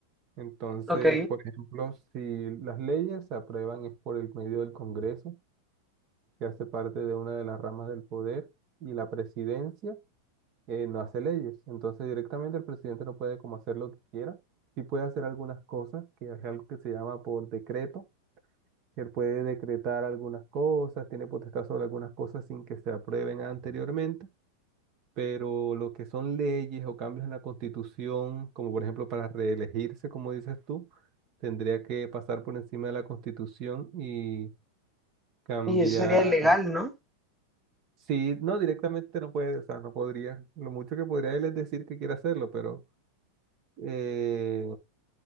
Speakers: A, on the right; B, in the centre.
A: Entonces,
B: ¿ok?
A: por ejemplo, si las leyes se aprueban es por el medio del Congreso, que hace parte de una de las ramas del poder, y la presidencia eh, no hace leyes. Entonces directamente el presidente no puede como hacer lo que quiera. Sí puede hacer algunas cosas, que es algo que se llama por decreto, que él puede decretar algunas cosas, tiene potestad sobre algunas cosas sin que se aprueben anteriormente, pero lo que son leyes o cambios en la constitución, como por ejemplo para reelegirse, como dices tú, tendría que pasar por encima de la constitución y cambiar.
B: Y eso sería ilegal, ¿no?
A: Sí, no, directamente no puede, o sea, no podría. Lo mucho que podría él es decir que quiere hacerlo, pero... eh,